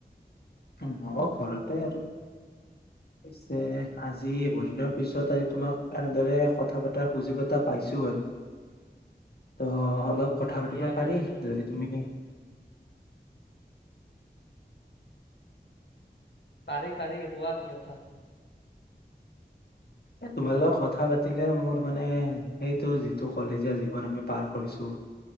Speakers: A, on the left (about 65°); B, on the left (about 80°).
A: মও ঘৰতে আৰু পিছে আজি বহুদিনৰ পিছত আজি তোমাক এনেদৰে কথা পতাৰ সুযোগ এটা পাইছোঁ আৰু ত অলপ কথা
B: হয়
A: পাতিব
B: দিয়া বহুত
A: পাৰি
B: দিনৰ মূৰত
A: যদি তুমি
B: পাৰি পাৰি কোৱা কি কথা
A: এ তোমাৰ লগত কথা পাতিলে মোৰ মানে সেইটো যিটো কলেজীয়া জীৱন আমি পাৰ কৰিছোঁ